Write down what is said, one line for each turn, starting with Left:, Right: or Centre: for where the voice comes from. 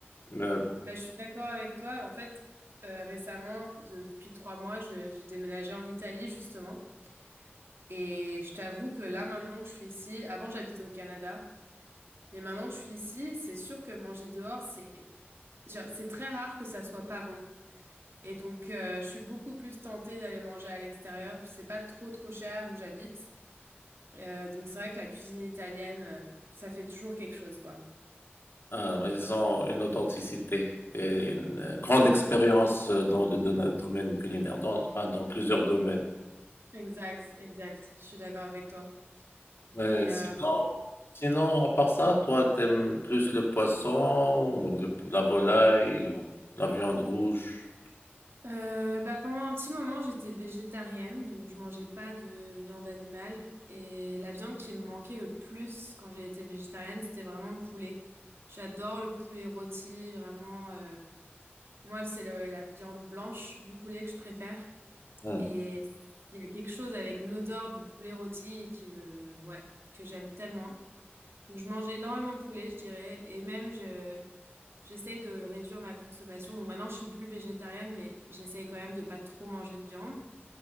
Left: mais,
Right: bah, je suis d'accord avec toi. En fait, euh, récemment, de- depuis trois mois, je- j'ai déménagé en Italie, justement. Et je t'avoue que là, maintenant que je suis ici, avant j'habitais au Canada, mais maintenant que je suis ici, c'est sûr que manger dehors, c'est genre, c'est très rare que ça soit pas bon. Et donc, euh, je suis beaucoup plus tentée d'aller manger à l'extérieur. C'est pas trop trop cher où j'habite. Euh, donc c'est vrai que la cuisine italienne, euh, ça fait toujours quelque chose, quoi.
Left: euh, mais ils ont une authenticité et une euh, grande expérience euh, dans le dona- domaine culinaire, dans, enfin, dans plusieurs domaines.
Right: Exact, exact. Je suis d'accord avec toi.
Left: Mais
Right: Mais
Left: sinon,
Right: euh,
Left: sinon, à part ça, toi, t'aimes plus le poisson ou le- la volaille ou la viande rouge?
Right: euh, bah, pendant un petit moment, j'étais végétarienne, donc je mangeais pas de viande animale. Et la viande qui me manquait le plus quand j'ai été végétarienne, c'était vraiment le poulet. J'adore le poulet rôti, vraiment. euh, Moi, c'est le- la viande blanche du poulet que je préfère.
Left: Hmm.
Right: Et il y a quelque chose avec l'odeur du poulet rôti qui me, ouais, que j'aime tellement. Donc, je mange énormément de poulet, je dirais. Et même, je, j'essaye de réduire ma consommation. Donc, maintenant, je suis plus végétarienne, mais j'essaye quand même de pas trop manger de viande.